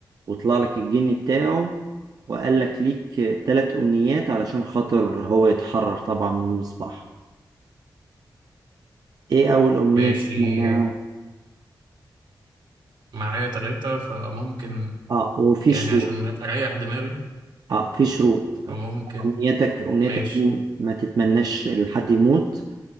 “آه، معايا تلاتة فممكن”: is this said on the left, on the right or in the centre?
Right